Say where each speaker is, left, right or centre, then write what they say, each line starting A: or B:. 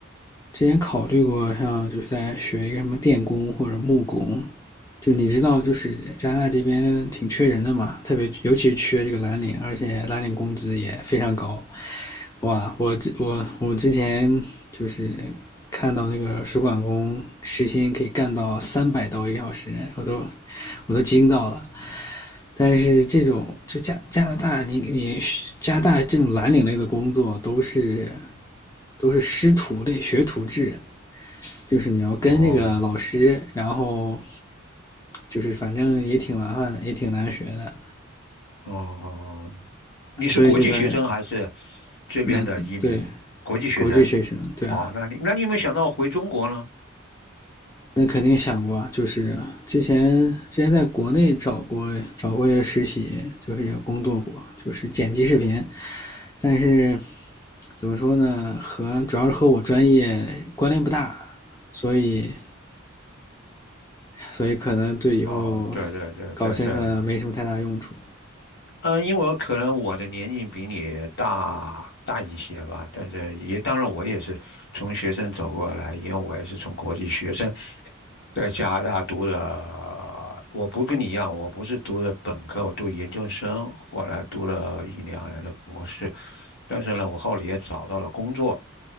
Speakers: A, on the left; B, on the left.
A: 之前考虑过，像就是在学一个什么电工或者木工，就你知道，就是加拿大这边挺缺人的嘛，特别尤其是缺这个蓝领，而且蓝领工资也非常高。哇，我我我之前就是看到那个水管工时薪可以干到三百刀一小时，我都我都惊到了。但是这种就加加拿大，你你加拿大这种蓝领类的工作都是都是师徒类、学徒制，就是你要跟这个老师，
B: 哦
A: 然后就是反正也挺麻烦的，也挺难学的，
B: 哦，你是国际学生还是
A: 所以这边
B: 这边的移民？
A: 那对
B: 国际学生。
A: 国际学生，对啊，
B: 哦，那你那你有没有想到回中国呢？
A: 那肯定想过啊就是之前之前在国内找过找过一些实习，就是也工作过，就是剪辑视频，但是怎么说呢，和主要是和我专业关联不大，所以所以可能对以后
B: 哦，对对对对对，
A: 搞身份没什么太大用处。
B: 呃，因为我可能我的年龄比你大大一些吧，但是也当然我也是从学生走过来，因为我也是从国际学生在加拿大读的，我不跟你一样，我不是读的本科，我读研究生，后来读了一两年的博士，但是呢，我后来也找到了工作，